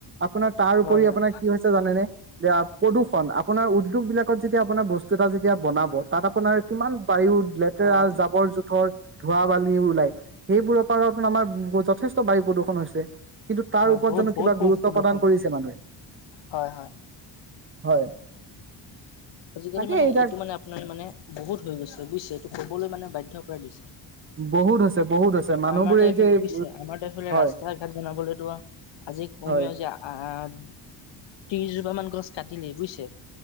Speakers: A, on the right; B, on the left.
A: আপোনাৰ তাৰ
B: হয়
A: উপৰি
B: হয়
A: আপোনাৰ কি হৈছে জানেনে? আ প্ৰদূষণ আপোনাৰ উ দ্যোগ বিলাকত যেতিয়া আপোনাৰ বস্তু এটা যেতিয়া বনাব তাত আপোনাৰ কিমানবা ৰ লেতেৰা
B: হয়
A: জাবৰ-জোথৰ ধোৱা-বালি ওলাই, সেইবোৰৰ পৰাতো আমাৰ যথেষ্ট বায়ু প্ৰদূৰষণ হৈছে। কিন্তু তাৰ
B: হয়
A: ওপৰত
B: বহুত
A: জানো
B: বহুত
A: কিবা গুৰুত্ব
B: প্ৰদূষণ
A: প্ৰদান কৰিছে
B: হয়।
A: মানুহে?
B: হয় হয়
A: হয়
B: আজিকালি
A: তাকে
B: মানে
A: এতিয়া
B: এইটো মানে আপোনাৰ মানে বহুত হৈ গৈছে বুজিছেটো ক'বলৈ মানে বাধ্য কৰাই দিছে
A: বহুত হৈছে। বহুত হৈছে মানুহবোৰে
B: আমাৰতো এইফালে
A: এতিয়া
B: বুইছে আমাৰতো এইফালে
A: হয়
B: ৰাস্তা-ঘাট বনাবলৈতো আজি কমেও
A: হয়
B: যে আহ ত্ৰিশজোপা মান গছ কাটিলেই বুইছে